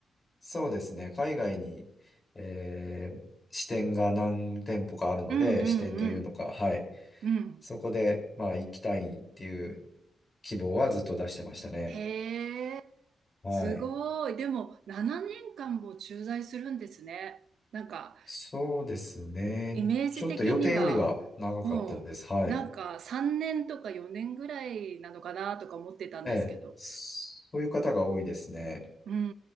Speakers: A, on the left; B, on the right.
A: そうですね。海外に、えー支店が何店舗かあるので、
B: うんうんうん。
A: 支店というのか、はい。
B: うん。
A: そこで、まあ、行きたいっていう希望はずっと出してましたね。
B: へえ、
A: はい。
B: すごい。でも、7年間も駐在するんですね。なんか、
A: そうですね。
B: イメージ的には、
A: ちょっと予定よりは長かったです。
B: もう、
A: はい。
B: なんか3年とか4年ぐらいなのかなとか思ってたんですけど。
A: ええ。そういう方が多いですね。
B: うん